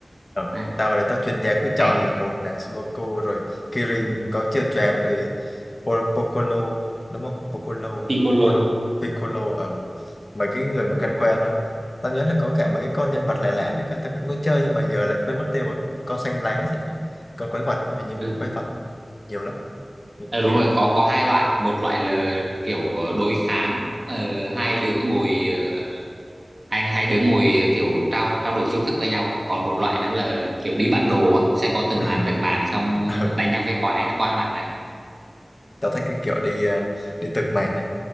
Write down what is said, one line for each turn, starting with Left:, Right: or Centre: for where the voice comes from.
Left: Ừ.
Right: à,
Left: Tao đấy tao chuyên gia cứ chọn
Right: hay lắm.
Left: là một là Sudoku rồi Kirin có chiêu choáng rồi Po- Piccolo đúng không? Piccolo,
Right: Piccolo
Left: Piccolo, Piccolo ừ. Mấy cái người mà quen quen thôi. Tao nhớ là có cả mấy cái con nhân vật lạ lạ nữa cơ, tao cũng có chơi nhưng mà giờ lại quên mất tiêu rồi. Con xanh lá thì phải. Con quái vật, hình như cũng
Right: ừ.
Left: có quái vật, nhiều lắm, nhiều
Right: à, đúng
Left: kỳ
Right: rồi
Left: lắm.
Right: có có hai loại một loại là kiểu ờ, đối kháng ờ, hai đứa ngồi ờ, anh hai đứa ngồi kiểu trao trao đổi chiêu thức với nhau còn một loại nữa là kiểu đi bản đồ á sẽ có từng
Left: Ừ. <laughs>
Right: màn từng màn xong
Left: ừ.
Right: đánh nhau với quái qua màn này mà
Left: Tao thích cái kiểu đi ờ, đi từng màn ấy.